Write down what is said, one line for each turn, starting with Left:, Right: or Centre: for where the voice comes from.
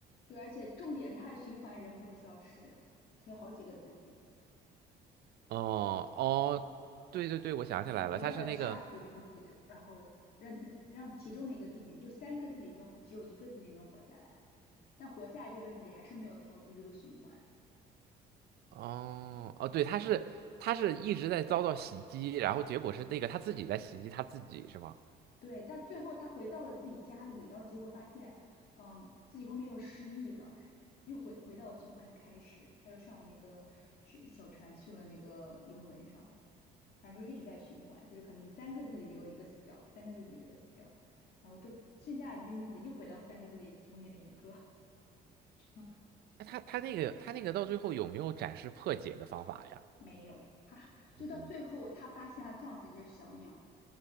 Left: 对，而且重点是它的循环，人不会消失，它有好几个自己，
Right: 哦哦，对对对，我想起来了，
Left: 它不断的杀死自己，
Right: 他是那个
Left: 然后让自己让其中的一个自己，就三个自己中只有一个自己能活下来。但活下来这个自己还是没有逃出这个循环。
Right: 哦哦，对，他是他是一直在遭到袭击，然后结果是那个他自己在袭击他自己是吗？
Left: 对，但最后他回到了自己家里，然后结果发现，嗯，自己后面又失忆了，又回回到了循环的开始。他又上了那个是小船去了那个游轮上，反正就一直在循环，就是可能三个自己有一个死掉，三个自己有一个死掉，然后就剩下的那个自己又回到三个自己中间的一个，<laughs>
Right: 那他他那个他那个到最后有没有展示破解的方法呀？
Left: 没有，他就到最后他发现他撞死了一只小鸟。
Right: 嗯，